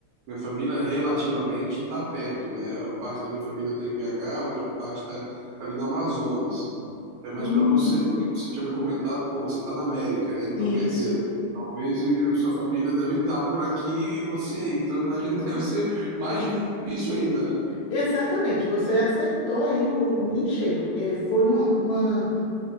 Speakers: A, on the right; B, on the left.
A: minha família relativamente está perto, né? Uma parte da minha família está em BH, outra parte está ali no Amazonas. É, mas
B: Hum,
A: para você, pelo que você tinha me comentado, pô, você está na América, né? Então
B: isso.
A: quer dizer, talvez eh, sua família deve estar por aqui e você aí. Então imagino que deve ser mais difícil ainda, né?
B: Exatamente, você acertou aí o, em cheio. É, foi uma, uma